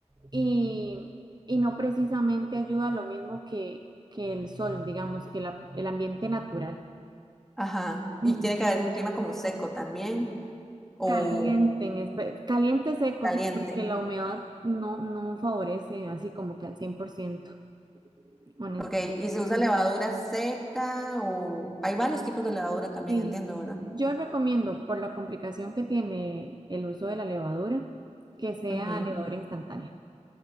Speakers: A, on the right; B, in the centre.
A: y, y no precisamente ayuda lo mismo que, que el sol, digamos, que la- el ambiente natural.
B: Ajá.
A: Ujú.
B: Y tiene que haber un clima como seco también. o
A: Calienten, espe- caliente seco,
B: caliente.
A: sí, porque la humedad no, no favorece así como que al 100%, honestamente.
B: Ok, y se usa levadura seca o hay varios tipos de levadura también,
A: Sí,
B: entiendo, ¿verdad?
A: yo recomiendo, por la complicación que tiene el uso de la levadura, que sea
B: Ujú.
A: levadura instantánea.